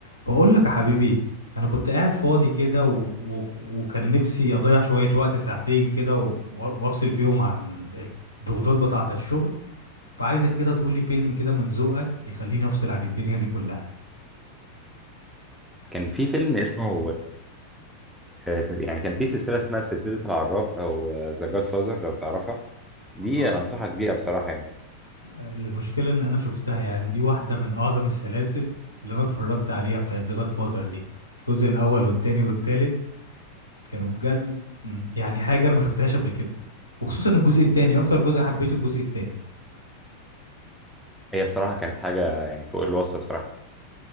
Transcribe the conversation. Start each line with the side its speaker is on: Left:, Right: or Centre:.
Left: بقول لك يا حبيبي انا كنت قاعد فاضي كده و... و... وكان نفسي اضيع شوية وقت ساعتين كده و... و- وافصل فيهم عن الضغوطات بتاعة الشغل فعايزك كده تقولي فيلم كده من ذوقك يخليني افصل عن الدنيا دي كلها
Centre: كان في فيلم اسمه آه، سلس- يعني كان في سلسلة اسمها سلسلة العراب أو ذا جاد فازر لو تعرفها دي
Left: أه،
Centre: أنصحك بيها بصراحة يعني
Left: المشكلة ان انا شفتها يعني دي واحدة من اعظم السلاسل اللي انا اتفرجت عليها بتاعت ذا جاد فازر دي الجزء الاول والتاني والتالت كانوا بجد يعني حاجة انا ما شفتهاش قبل كده وخصوصا الجزء التاني اكتر جزء حبيته الجزء التاني
Centre: هي بصراحة كانت حاجة يعني فوق الوصف بصراحة